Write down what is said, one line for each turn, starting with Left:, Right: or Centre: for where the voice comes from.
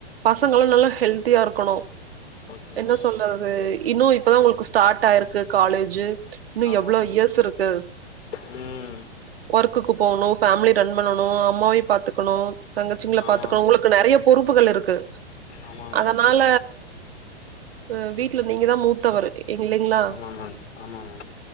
Right: பசங்களு நல்லா ஹெல்தியா இருக்கணு
Left: ஓகே
Right: என்ன
Left: மேம்
Right: சொல்றது இன்னு இப்பதா உங்களுக்கு ஸ்டார்ட் ஆயிருக்கு காலேஜு இன்னு
Left: ஆமா
Right: எவ்வளோ இயர்ஸ் இருக்கு
Left: ம்
Right: ஒர்க்குக்கு போவுணு ஃபேமிலி ரன் பண்ணணு அம்மாவையு பாத்துக்கணு தங்கச்சிங்கள
Left: ஆமா
Right: பாத்துக்க
Left: மேம்
Right: உங்களுக்கு நெறைய பொறுப்புகள் இருக்கு
Left: ஆமா மேம்
Right: அதனால ஆ வீட்ல நீங்கதா மூத்தவரு இல்லிங்களா
Left: ஆமா மேம் ஆமா மேம்